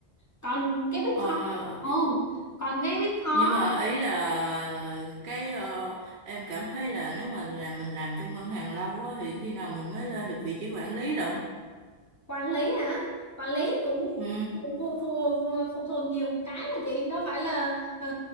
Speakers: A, on the left (about 25°); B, on the right (about 60°).
A: còn cái Big
B: Ờ
A: Four ừ còn cái Big Four
B: nhưng
A: á,
B: mà ý là cái ờ, em cảm thấy là nếu mà là mình làm trong ngân hàng lâu á thì khi nào mình mới lên được vị trí quản lý lận?
A: quản lý hả quản lý cũng
B: Ừ.
A: phụ, phụ, phụ, phụ thuộc nhiều cái mà chị đâu phải là ờ,